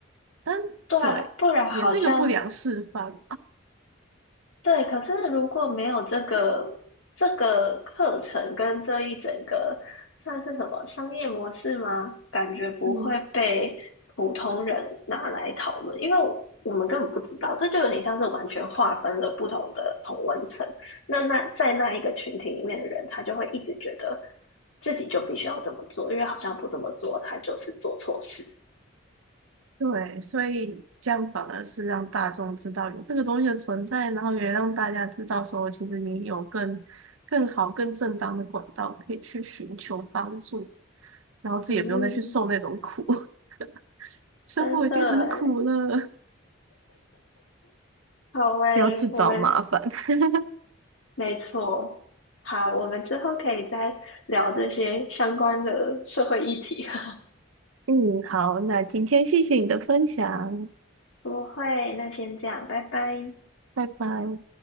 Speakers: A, on the right; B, on the left.
A: 但对，
B: 对啊，不然好像
A: 也是一个不良示范。
B: 对，可是如果没有这个这个课程跟这一整个算是什么商业模式吗？感觉不会被普通人拿来讨论，
A: 嗯，
B: 因为我我们根本不知道，这就有点像是完全划分了不同的同温层。那那在那一个群体里面的人，他就会一直觉得自己就必须要这么做，因为好像不这么做，他就是做错事。
A: 对，所以这样反而是让大众知道有这个东西的存在，然后也让大家知道说，其实你有更更好、更正当的管道可以去寻求帮助，然后自己也不用再去受那种苦，
B: 嗯，
A: <laughs> 生活已经很苦了，
B: 真的欸好诶，
A: 不要自找麻烦。
B: 我们
A: <laughs>
B: 没错。好，我们之后可以再聊这些相关的社会议题。<laughs>
A: 嗯，好，那今天谢谢你的分享，
B: 不会，那先这样，拜拜。
A: 拜拜。